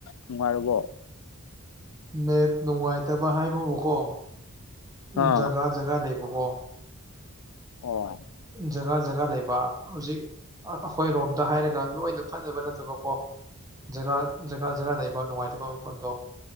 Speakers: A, on the left; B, on the right.
A: ꯅꯨꯡꯉꯥꯏꯨꯔꯕꯣ
B: ꯅꯦꯠ ꯅꯨꯡꯉꯥꯏꯇꯕ ꯍꯥꯏꯕꯕꯨꯀꯣ
A: ꯑꯥ
B: ꯖꯒꯥ ꯖꯒꯥ ꯂꯩꯕꯀꯣ
A: ꯑꯣ
B: ꯖꯒꯥ ꯖꯒꯥ ꯂꯩꯕ ꯍꯧꯖꯤꯛ ꯑꯁ ꯑꯩꯈꯣꯏꯔꯣꯝꯗ ꯍꯥꯏꯔꯒ ꯂꯣꯏꯅ ꯐꯖꯕ ꯅꯠꯇꯕ ꯀꯣ ꯖꯒꯥ ꯖꯒꯥ ꯖꯒꯥ ꯂꯩꯕ ꯅꯨꯡꯉꯥꯏꯇꯕ ꯐꯣꯟꯗꯣ